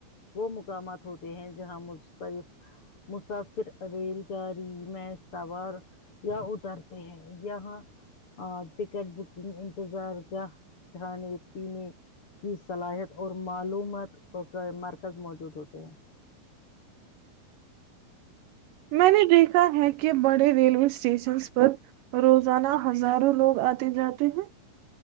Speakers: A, on the left; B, on the right.
A: وہ مقامات ہوتے ہیں جہاں متلف مسافر ریل گاڑی میں سوار یا اترتے ہیں یہاں ٹکٹ بکنگ انتظار کا کھانے پینے کی صلاحیت اور معلومات کا مرکز موجود ہوتے ہیں <unintelligible>
B: میں نے دیکھا ہے کہ بڑے ریلوے اسٹیشنز پر روزانہ ہزاروں لوگ آتے جاتے ہیں <unintelligible>